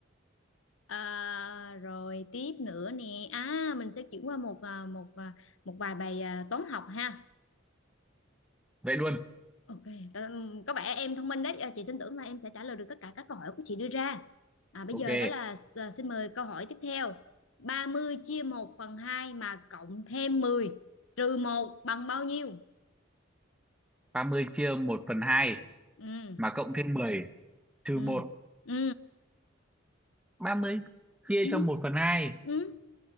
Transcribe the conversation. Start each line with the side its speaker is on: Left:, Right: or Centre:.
Left: à, rồi tiếp nữa nè à mình sẽ chuyển qua một à, một à, một vài bài à, toán học ha
Centre: Vậy luôn.
Left: Ok, ừm, có vẻ em thông minh đấy. À, Chị tin tưởng là em sẽ trả lời được tất cả các câu hỏi của chị đưa ra. À, bây
Centre: Ok,
Left: giờ đó là s- xin mời câu hỏi tiếp theo. Ba mươi chia một phần hai mà cộng thêm mười trừ một bằng bao nhiêu?
Centre: Ba mươi chia một phần 2,
Left: Ừ,
Centre: mà cộng thêm 10 trừ
Left: ừ,
Centre: một,
Left: ừ,
Centre: 30 chia
Left: ừ,
Centre: cho một phần 2,
Left: ừ,